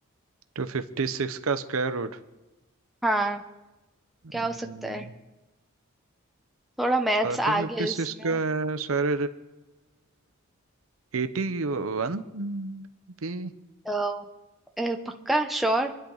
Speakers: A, on the right; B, in the centre.
A: टू फिफ्टी सिक्स का स्क्वायर रूट
B: हाँ क्या
A: हम्म।
B: हो सकता है थोड़ा मैथ्स आ
A: टू फिफ्टी
B: गया इसमें
A: सिक्स का सर एटी वन भी
B: तो अ, पक्का श्योर